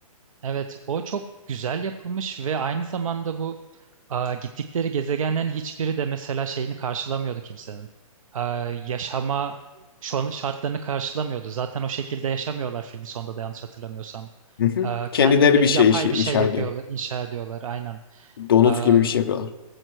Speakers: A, on the right; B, on the left.
A: Evet, o çok güzel yapılmış ve aynı zamanda bu a, gittikleri gezegenlerin hiçbiri de mesela şeyini karşılamıyordu kimsenin. A, yaşama şu an şartlarını karşılamıyordu. Zaten o şekilde yaşamıyorlar filmi sonunda da yanlış hatırlamıyorsam.
B: Hı hı.
A: A,
B: Kendileri
A: kendileri
B: bir şey
A: yapay
B: işi,
A: bir şey
B: inşa
A: yapıyorlar,
B: ediyor.
A: inşa ediyorlar aynen.
B: Donut
A: A,
B: gibi bir şey yapıyorlar.